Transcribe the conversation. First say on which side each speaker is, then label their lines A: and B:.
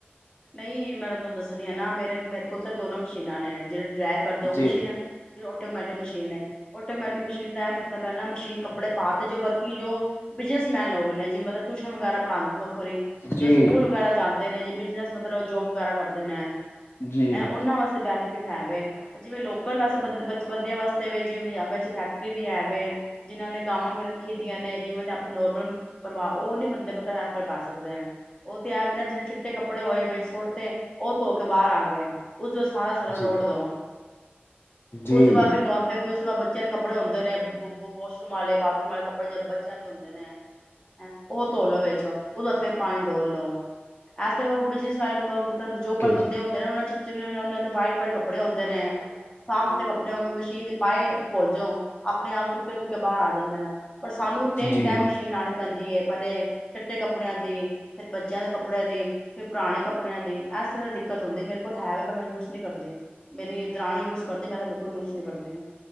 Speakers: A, on the left (about 20°); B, on the left (about 75°).
A: ਨਹੀਂ ਮੈਂ, ਤੁਹਾਨੂੰ ਦੱਸਣੀ ਆ ਨਾ ਮੇਰੇ, ਮੇਰੇ ਕੋਲ ਤਾਂ ਦੋਨੋ ਮਸ਼ੀਨਾਂ ਨੇ ਜਿਹੜੇ ਡਰੈ ਕਰਦੇ ਉਹ
B: ਜੀ
A: ਮਸ਼ੀਨ ਆਟੋਮੈਟਿਕ ਮਸ਼ੀਨ ਹੈ। ਓ ਆਟੋਮੈਟਿਕ ਮਸ਼ੀਨ ਦਾ ਐ, ਮਤਲਬ ਹੈ ਨਾ ਮਸ਼ੀ ਕੱਪੜੇ ਪਾ, ਤੇ ਜੋ ਵਰਕਿੰਗ ਜੋ, ਬਿਜਨਸਮੈਨ ਲੋਕ ਨੇ, ਜਿਵੇਂ ਟਿਊਸ਼ਨ ਵਗੈਰਾ ਪੜਾਂਦੇ
B: ਜੀ
A: ਜੋ, ਸਕੂਲ ਵਗੈਰਾ ਜਾਂਦੇ ਨੇ ਜੇ <inaudible> ਮਤਲਬ ਜੋਬ ਵਗੈਰਾ ਕਰਦੇ ਨੇ।
B: ਜੀ
A: ਐ ਉਹਨਾਂ ਵਾਸਤੇ ਬੈਨ ਹੈ, ਵੇ, ਜਿਵੇਂ ਲੋਕਲ ਵੈਸੇ ਬਚ ਬੰਦਿਆਂ ਵਾਸਤੇ, ਜਿਵੇਂ ਪੰਜਾਬ ਫੈਕਟਰੀ ਵੀ ਹੈਵੇ। ਜਿਨ੍ਹਾਂ ਨੇ ਗਾਵਾਂ ਵੀ ਰੱਖੀ ਦੀਆਂ ਨੇ। ਜਿਵੇ ਦੇ ਆਪਣੇ ਨੋਰਮਲ ਪਰਿਵਾਰ ਉਹ ਨੀ ਬੰਦੇ ਰੈਫਰ ਕਰ ਸਕਦੇ ਹੈ, ਉਹ ਤੇ ਇਹ ਵੀ ਨੇ ਜੀਨੇ ਚਿੱਟੇ ਕੱਪੜੇ ਹੋਏ ਸੁੱਟ ਤੇ, ਉਹ ਧੋ, ਕੇ ਬਾਹਰ ਆ ਗਏ। ਉਸ, ਚ, ਸਾਰਾ ਸਰਾ
B: ਜੀ
A: ਰੋਡ ਦੋ।
B: ਜੀ
A: ਉਸ ਤੋਂ, ਬਾਅਦ ਫਿਰ ਨੋਰ ਫਿਰ ਫੇਰ ਉਸ ਤੋਂ ਬਾਅਦ ਬੱਚਿਆਂ ਦੇ ਕੱਪੜੇ ਹੁੰਦੇ ਨੇ, ਵਾਸ਼ਰੂਮ ਵਾਲੇ ਬਾਥਰੂਮ ਵਾਲੇ ਕੱਪੜੇ ਜ ਬੱਚਿਆਂ ਦੇ ਹੁੰਦੇ ਨੇਂ, ਐ ਉਹ ਧੋ ਲੋ ਵਿੱਚ ਉਸ ਬਾਦ ਫੇਰ ਪਾਣੀ ਡੋਲ ਲੋ ਐ ਤੇ ਬਿਜਸ ਸੇ ਬਮਾ <inaudible> ਜੋ,
B: ਓਕੇ
A: ਪਰ ਬੰਦੇ
B: ਜੀ
A: ਹੁੰਦੇ ਨੇ, ਉਹਨਾਂ 'ਚ ਜਿਨੇ ਉਹਨਾਂ ਦੇ ਵਾਈਟ-ਵਾਈਟ ਕੱਪੜੇ ਹੁੰਦੇ ਨੇ, ਸਾਫ਼ <inaudible> ਕੜ ਨਂ <inaudible> ਮਸ਼ੀਨ ਚ ਪਾਏ। ਭੁੱਲ ਜਾਓ, ਆਪਣੇ ਆਪ ਸੁੱਕੇ, ਸੁੱਕੇ ਬਾਹਰ ਆ ਜਾਂਦੇ ਨੇ, ਪਰ ਸਾਨੂੰ ਤਿੰਨ
B: ਜੀ
A: ਟੈਮ ਮਸ਼ੀਨ ਲਾਉਣੀ ਪੈਂਦੀ ਹੈ। ਪਹਿਲੇ ਚਿੱਟੇ ਕੱਪੜਿਆਂ ਦੇ, ਫੇਰ ਬੱਚਿਆਂ ਦੇ ਕੱਪੜਿਆਂ ਦੇ, ਫੇਰ ਪੁਰਾਣੇ ਕੱਪੜਿਆਂ ਦੀ ਐਸ ਤਰ੍ਹਾਂ ਦੀ ਦਿੱਕਤ ਹੁੰਦੀ ਮੇਰੇ ਕੋਲ ਹੈ ਵੇ, ਪਰ ਮੈਂ ਯੂਜ ਨੀ ਕਰਦੀ ਹ, ਮੇਰੀ ਦਰਾਣੀ ਯੂਜ ਕਰਦੀ, ਮੈਂ ਤਾਂ ਬਿਲਕੁਲ ਯੂਜ ਨਹੀਂ ਕਰਦੀ।